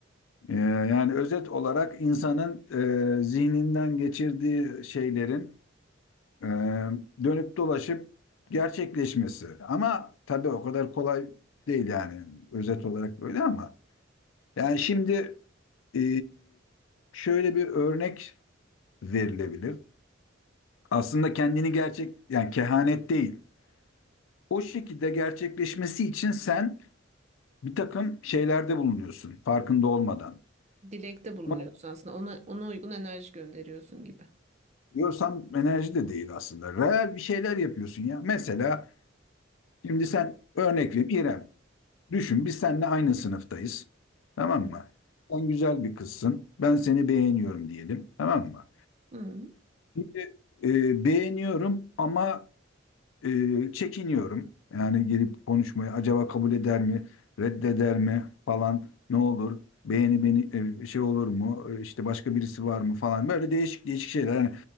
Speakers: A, on the left; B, on the right.
A: Ee, yani özet olarak insanın e, zihninden geçirdiği şeylerin e, dönüp dolaşıp gerçekleşmesi. Ama tabii o kadar kolay değil yani özet olarak böyle ama. Yani şimdi Ee, şöyle bir örnek verilebilir. Aslında kendini gerçek, yani kehanet değil. O şekilde gerçekleşmesi için sen bir takım şeylerde bulunuyorsun farkında olmadan.
B: Dilekte bulunuyorsun
A: Ama
B: aslında. Ona, ona uygun enerji gönderiyorsun gibi.
A: Diyorsam enerji de değil aslında. Real bir şeyler yapıyorsun ya. Mesela şimdi sen örnek vereyim İrem. Düşün biz seninle aynı sınıftayız. Tamam
B: Hı
A: mı? Sen güzel bir kızsın. Ben seni beğeniyorum diyelim. Tamam mı?
B: hı
A: Şimdi e, beğeniyorum ama e, çekiniyorum. Yani gelip konuşmaya acaba kabul eder mi, reddeder mi falan ne olur? Beğeni beni e, şey olur mu? E, işte başka birisi var mı falan. Böyle değişik değişik şeyler. Yani